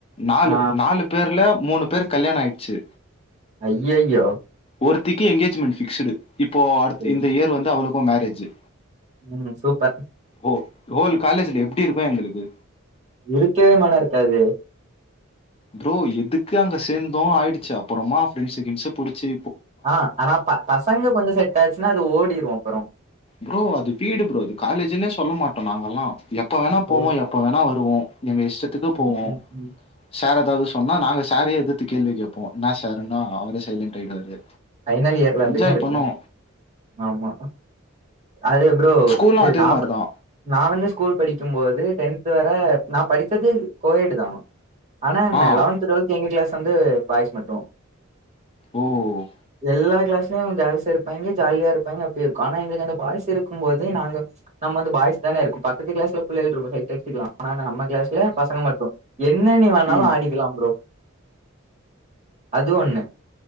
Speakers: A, on the left (about 30°); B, on the right (about 35°).
A: நாலு
B: ஆ
A: நாலு பேர்ல மூணு பேருக் கல்யாணோ ஆய்டுச்சு
B: அய்யய்யோ
A: ஒருத்திக்கு எங்கேஜ்மெண்ட் பிக்ஸ்டு இப்போ அடுத்
B: செரி
A: இந்த இயர் வந்து அவளுக்கும் மேரேஜ்ஜு
B: ம் சூப்பர்
A: ஹோ ஹோல் காலேஜ்ல எப்டி இருக்கு எங்களுக்கு
B: இருக்கவே மன இருக்காது
A: ப்ரோ எதுக்கு அங்க சேந்தோ ஆயிடுச்சு அப்பறமா ப்ரெண்ட்ஸ் கின்ஸ்சு புடிச்சி
B: ஆ ஆனா ப பசங்க கொஞ்ச செட் ஆச்சுன்னா அது ஓடிரு அப்பற
A: ப்ரோ அது வீடு ப்ரோ அது காலேஜ்ன்னே சொல்ல மாட்டோ நாங்கெல்லா எப்ப வேணா
B: ஓ
A: போவோ எப் எப்போ வேணா வருவோ எங்க இஷ்டத்துக்கு போவோ
B: ம் ம் ம்
A: சார் ஏதாவது சொன்னா நாங்க சாரே எதித்து கேள்வி கேப்போ என்னா சார் சொன்னா அவரே சைலண்ட் ஆயிடுவாரு
B: ஃபைனல் இயர்ல
A: என்ஜாய்
B: அப்டிதா இருக்கு
A: பண்ணுவோ
B: ஆமா அது ப்ரோ
A: ஸ்கூல்லு
B: இது
A: அதே
B: நாப்ப
A: மாரிதா
B: நா வந்து ஸ்கூல் படிக்கும் போது டென்த் வர நா படிச்சது கோயேடுதா ஆனா என்ன
A: ஆ
B: லெவன்த் டுவெல்த் எங்க க்ளாஸ் வந்து பாய்ஸ் மட்டு
A: ஓ
B: எல்லா க்ளாஸ்லயு கேல்ஸ் இருப்பாய்ங்க ஜாலியா இருப்பாய்ங்க அப்டி இருக்கு ஆனா எங்களுக்கு அந்த பாய்ஸ் இருக்கும் போது நாங்க நம்ம வந்து பாய்ஸ் தானா இருக்கு பக்கத்து க்ளாஸ்ல புள்ளைக இருக்கு ஆனா நம்ம க்ளாஸ் இல்ல பசங்க மட்டு என்ன நீ வேணாலு
A: ம்
B: ஆடிக்கலா ப்ரோ அது ஒண்ணு